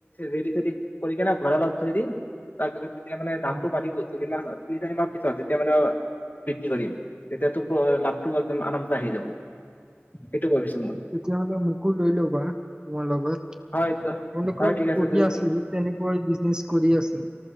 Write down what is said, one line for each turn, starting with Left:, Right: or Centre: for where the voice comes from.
Left: ৰেডি চেদি কৰি ভঁৰালত থৈ দিম তাৰপিছত এতিয়া মানে
Right: উম।
Left: দামটো বাঢ়িব তিনিমাহত। তিনিমাহ পিছত যেতিয়া মানে বিক্ৰী কৰিম তেতিয়াতো লাভটো আৰামচে আহি যাব সেইটো ভাবিছোঁ।
Right: তেতিয়াহ'লে মোকো লৈ ল'বা তোমাৰ লগত। তেওঁলোকক
Left: হয় হয় ঠিক আছে
Right: কৰি
Left: যদি
Right: আছো,
Left: তুমি
Right: তেনেকৈ বিজনেচ কৰি আছোঁ।